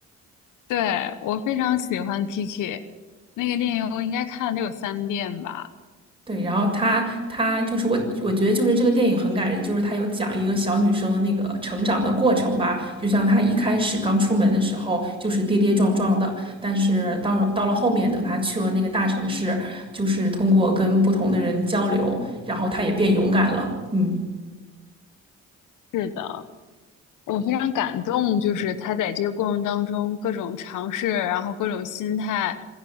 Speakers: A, on the left; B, on the right.
A: 对我非常喜欢 Kiki 那个电影，我应该看了得有三遍吧。
B: 对，然后他他就是我，我觉得就是这个电影很感人，就是他有讲一个小女生的那个成长的过程吧，就像她一开始刚出门的时候就是跌跌撞撞的，但是到到了后面，等她去了那个大城市，就是通过跟不同的人交流，然后她也变勇敢了。嗯。
A: 是的，我非常感动，就是他在这个过程当中各种尝试，然后各种心态，